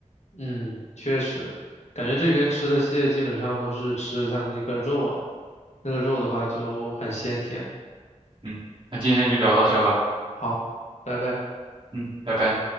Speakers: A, on the left (about 65°); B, on the right (about 40°).
A: 嗯，确实，感觉这边吃的蟹基本上都是吃它那个肉啊，那个肉的话就很鲜甜。
B: 嗯，那今天就聊到这吧。
A: 好，拜拜。
B: 嗯，拜拜。